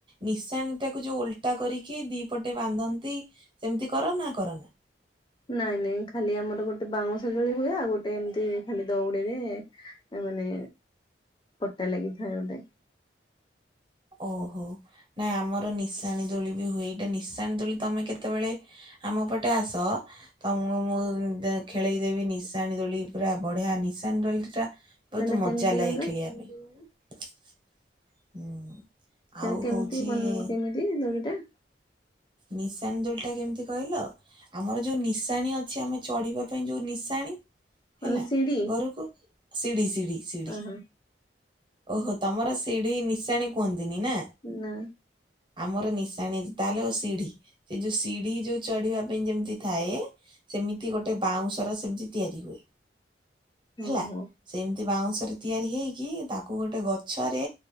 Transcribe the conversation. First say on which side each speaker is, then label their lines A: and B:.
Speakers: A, on the right (about 25°); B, on the left (about 25°).
A: ନିଶାଣିଟାକୁ ଯୋଉ ଓଲଟା ଓଲଟା କରିକି ଦି ପଟେ ବାନ୍ଧନ୍ତି ସେମିତି କର ନା କରନି?
B: ନାଇଁ ନାଇଁ ଖାଲି ଆମର ଗୋଟେ ବାଉଁଶଦୋଳି ହୁଏ। ଆଉ ଗୋଟେ ଏମିତି ଖାଲି ଦଉଡିରେ ମାନେ ପଟା ଲାଗିଥାଏ ଗୋଟେ।
A: ଓହୋ। ନାଇଁ ଆମର ନିଶାଣି ଦୋଳି ବି ହୁଏ। ଏଇଟା ନିଶାଣି ଦୋଳି ତମେ କେତେବେଳେ ଆମ ପଟେ ଆସ। ତମକୁ ମୁଁ ଖେଳେଇ ଦେବି ନିଶାଣି ଦୋଳି ପୁରା ବଢିଆ ନିଶ ନିଶାଣି ଦୋଳି ଟା ବହୁତ
B: ସେଟା
A: ମଜା
B: କେମିତି
A: ଲାଗେ
B: କହିଲ
A: ଖେଳିବା ପାଇଁ। ହୁଁ। ଆଉ
B: ମାନେ କେମିତି
A: ହଉଛି
B: ବନ୍ କେମିତି ଦୋଳି ଟା?
A: ନିଶାଣି ଦୋଳିଟା କେମିତି କହିଲ ଆମର ଯୋଉ ନିଶାଣି ଅଛି ଆମେ ଚଢିବା ପାଇଁ ଯୋଉ ନିଶାଣି
B: ମାନେ
A: ହେଲା।
B: ସିଡି
A: ଘରକୁ ସିଢ଼ି ସିଢ଼ି ସିଢ଼ି।
B: ଓହୋ
A: ଓହୋ ତମର ସିଢି ନିଶାଣି କୁହନ୍ତିନି ନା।
B: ନା
A: ଆମର ନିଶାଣି ତାହେଲେ ସିଢି ଏ ଯୋଉ ସିଢି ଯୋଉ ଚଢିବା ପାଇଁ ଯେମିତି ଥାଏ ସେମିତି ଏମିତି ଗୋଟେ ବାଉଁଶ ର ସେମିତି ତିଆରି ହୁଏ। ହେଲା।
B: ଓହୋ
A: ସେମିତି ବାଉଁଶ ରେ ତିଆରି ହେଇକି ତାକୁ ଗୋଟେ ଗଛରେ